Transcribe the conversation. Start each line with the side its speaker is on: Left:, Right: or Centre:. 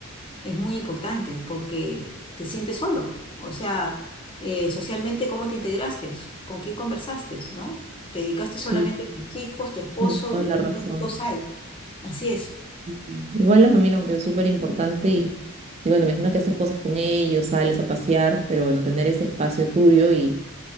Left: es muy importante porque te sientes solo. O sea, eh, socialmente, ¿cómo te integraste? ¿Con quién conversaste? ¿No? ¿Te dedicaste
Right: Sí,
Left: solamente a tus hijos, tu esposo
Right: tienes toda
Left: y
Right: la
Left: después
Right: razón.
Left: qué cosa hay? Así es.
Right: Sí, sí. Igual la familia, como te digo, es súper importante y, y bueno, imagino que haces cosas con ellos, sales a pasear, pero bueno, tener ese espacio tuyo y,